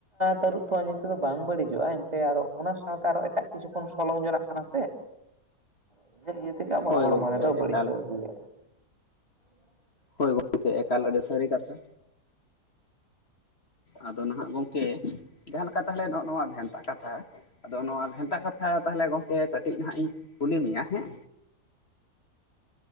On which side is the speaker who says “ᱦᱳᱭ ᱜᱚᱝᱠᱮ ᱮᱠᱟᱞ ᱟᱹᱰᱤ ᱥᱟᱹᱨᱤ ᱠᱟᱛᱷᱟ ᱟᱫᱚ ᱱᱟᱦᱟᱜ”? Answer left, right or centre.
Left